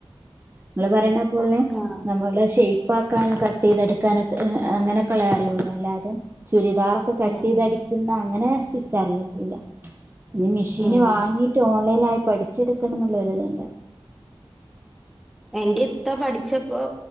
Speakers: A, on the right (about 25°); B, in the centre.
A: നിങ്ങൾ പറയണ പോലെ
B: ആഹ്
A: നമ്മള് ഷെയ് പ്പാക്കാനും കട്ട് ചെയ്തെടുക്കാനൊക്കെ അങ്ങനെക്കെ അറിയുള്ളൂ അല്ലാതെ ചുരിദാറൊക്കെ കട്ട്
B: ഉം
A: ചെയ്തടിക്കുന്ന
B: ഉം
A: അങ്ങനെ സിസ്റ്റം അറിയത്തില്ല. ഇഞ് മിഷീന്
B: ഉം
A: വാങ്ങീട്ട് ഓൺലൈനായി പഠിച്ചെടുക്കണം എന്നുള്ള ഒരിദുണ്ട്
B: എന്റെ ഇത്ത പഠിച്ചപ്പോ